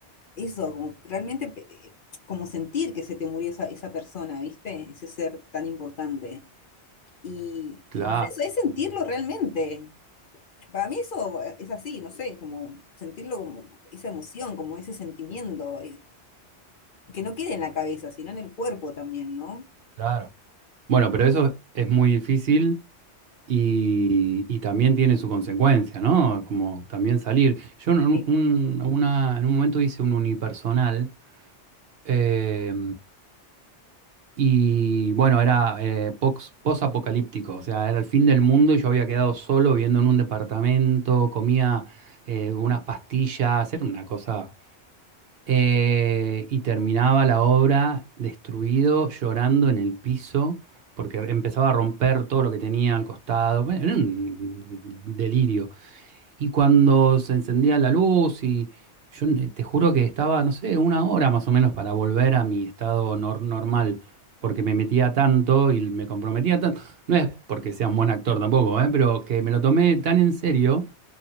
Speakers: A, on the left (about 50°); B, on the right (about 60°).
A: eso, como realmente pe- eh, como sentir que se te murió esa, esa persona, ¿viste? Ese ser tan importante. Y,
B: Claro,
A: y es eso, es sentirlo realmente. Para mí eso eh, es así, no sé, como sentirlo como esa emoción, como ese sentimiento. eh, que no quede en la cabeza, sino en el cuerpo también, ¿no?
B: claro. Bueno, pero eso es muy difícil Y, y también tiene su consecuencia, ¿no? Como también salir. Yo en un,
A: Sí.
B: un- una- en un momento hice un unipersonal eh, y bueno, era eh, pox- post-apocalíptico, o sea, era el fin del mundo y yo había quedado solo viviendo en un departamento, comía eh, unas pastillas, era una cosa eh, y terminaba la obra destruido, llorando en el piso, porque empezaba a romper todo lo que tenía al costado. Bueno, era un delirio. Y cuando se encendía la luz, y yo n- te juro que estaba, no sé, una hora más o menos para volver a mi estado nor- normal, porque me metía tanto y me comprometía tanto. No es porque sea un buen actor tampoco, ¿eh? Pero que me lo tomé tan en serio